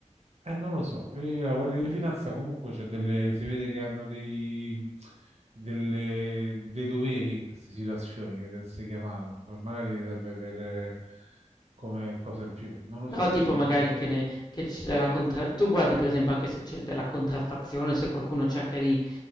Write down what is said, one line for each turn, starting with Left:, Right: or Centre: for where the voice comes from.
Right: Eh, non lo so, Eh, la Guardia di Finanza comunque c'è delle, si vede che hanno dei, delle- dei doveri in queste situazioni che deve essere chiamata, Poi magari serve per eh, come cosa in più, non lo
Left: Però
Right: so sinceramente,
Left: tipo magari
Right: però
Left: che, ne, che c'è della contra... Tu guardi per esempio anche se c'è della contraffazione, se qualcuno cerca di